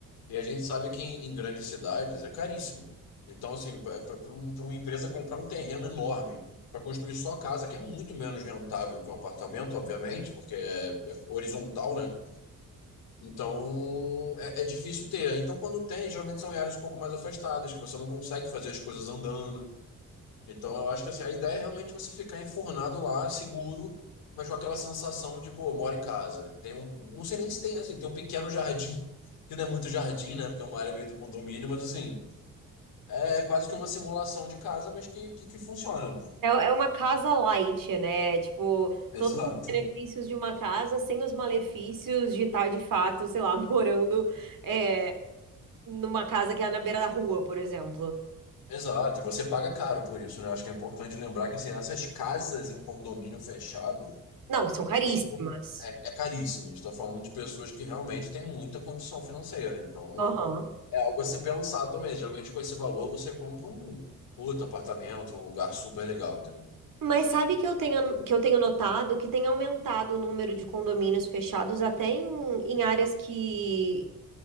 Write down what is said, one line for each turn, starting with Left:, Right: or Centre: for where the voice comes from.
Left: E a gente sabe que em, em grandes cidades é caríssimo. Então, assim, para uma empresa comprar um terreno enorme para construir só casa, que é muito menos rentável que um apartamento, obviamente, porque é, é horizontal, né? Então, é, é difícil ter. Então, quando tem, geralmente são em áreas um pouco mais afastadas, que você não consegue fazer as coisas andando. Então eu acho que assim, a ideia é realmente você ficar enfornado lá, seguro, mas com aquela sensação de, pô, eu moro em casa. Tem um, não sei nem se tem, assim, tem um pequeno jardim, que não é muito jardim, né? Porque é uma área meio do condomínio, mas assim, é quase que uma simulação de casa, mas que, que, que funciona, né?
Right: É, é uma casa light, né? Tipo,
Left: Exato.
Right: todos os benefícios de uma casa sem os malefícios de estar, de fato, sei lá, <laughs> morando é, numa casa que é na beira da rua, por exemplo.
Left: Exato, e você paga caro por isso, né? Acho que é importante lembrar que assim, essas casas em condomínio fechado
Right: Não, são caríssimas.
Left: são, é, é caríssimas. Estou falando de pessoas que realmente têm muita condição financeira. Então,
Right: Aham.
Left: É algo a se pensar também. Geralmente, com esse valor, você compra um puta apartamento num lugar super legal, entendeu?
Right: Mas sabe que eu tenho, que eu tenho notado que tem aumentado o número de condomínios fechados até em, em áreas que,